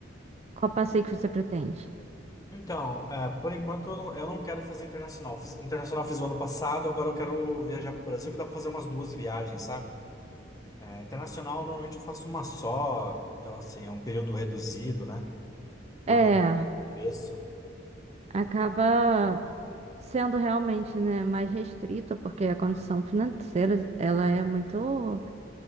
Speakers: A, on the right; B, on the left.
A: Qual passeio que você pretende?
B: Então, é, por enquanto eu não, eu não quero fazer internacional. Fiz- internacional fiz o ano passado, agora eu quero viajar para o Brasil, que dá para fazer umas duas viagens, sabe? É, internacional normalmente eu faço uma só, então assim, é um período reduzido, né? Por
A: É,
B: conta do preço.
A: acaba sendo realmente, né, mais restrito, porque a condição financeira, ela é muito